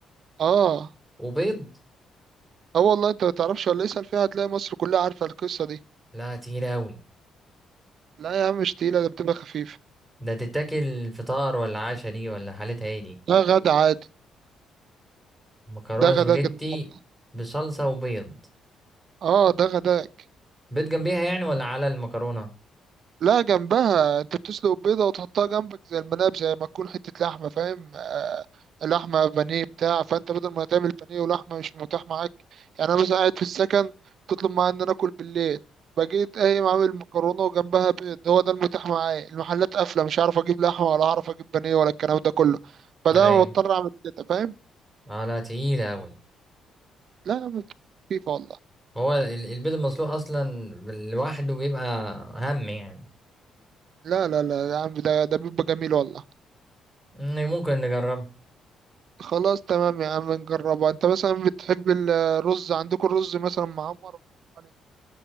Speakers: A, on the right; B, in the centre.
A: اه
B: وبيض
A: اه والله انت ما تعرفش ولا اسأل فيها هتلاقي مصر كلها عارفة القصة دي
B: لا تقيله اوي
A: لا يا عم مش تقيلة ده بتبقى خفيفة
B: ده تتاكل فطار ولا عشاء دي ولا حالتها ايه دي
A: ده غدا عادي
B: مكرونه
A: ده غداك
B: سباجيتي
A: النهاردة
B: بصلصه وبيض
A: اه ده غداك
B: بيض جنبيها يعني ولا على المكرونه
A: لا جنبها انت بتسلق بيضة وتحطها جنبك زي المناب زي ما تكون حتة لحمة فاهم آه، لحمة بانيه بتاع فانت بدل ما تعمل بانيه ولحمة مش متاح معاك يعني انا مثلا قاعد في السكن تطلب معايا ان انا اكل بالليل بقيت قايم عامل مكرونة وجنبها بيض هو ده المتاح معايا المحلات قافلة مش عارف اجيب لحمة ولا هعرف اجيب بانيه ولا الكلام ده كله فده
B: ايوه
A: أنا مضطر اعمل كده فاهم
B: اه لا تقيله اوي
A: لا يا عم، خفيفة والله
B: هو ال- البيض المسلوق اصلا لوحده بيبقى هم يعني
A: لا لا لا يا عم ده ده بيبقى جميل والله
B: إن ممكن نجربه
A: خلاص تمام يا عم نجربها انت مثلا بتحب الرز عندكم الرز مثلا معمر ولا عليه؟